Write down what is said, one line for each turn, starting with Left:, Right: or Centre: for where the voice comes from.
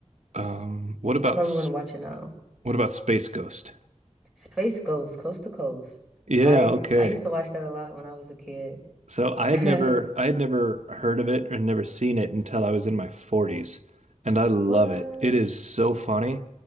Right: Um, what about
Centre: I probably
Right: s-
Centre: want to watch it now.
Right: what about Space Ghost?
Centre: Space Ghost, Coast to Coast.
Right: Yeah.
Centre: I
Right: Okay.
Centre: I used to watch that a lot when I was a kid.
Right: So I had
Centre: <laughs>
Right: never I had never heard of it and never seen it until I was in my 40s, and I love
Centre: What?
Right: it. It is so funny.